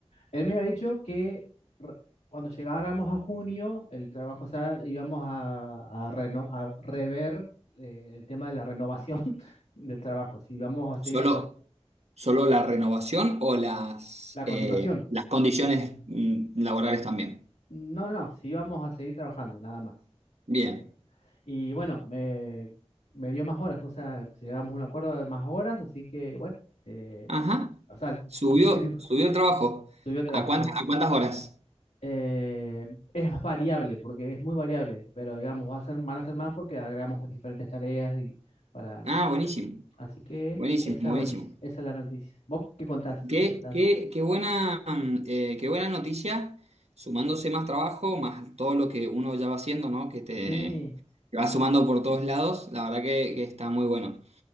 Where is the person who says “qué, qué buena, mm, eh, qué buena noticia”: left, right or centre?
Right